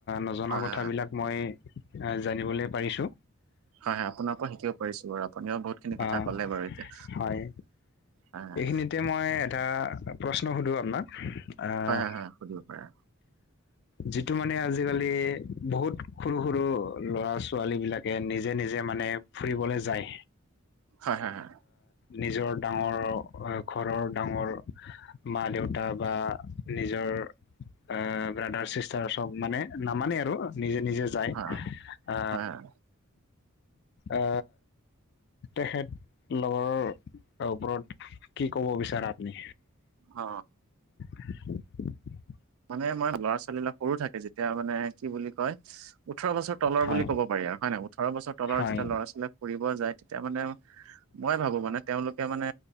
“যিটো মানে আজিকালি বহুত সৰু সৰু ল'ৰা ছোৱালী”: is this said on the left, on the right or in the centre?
Left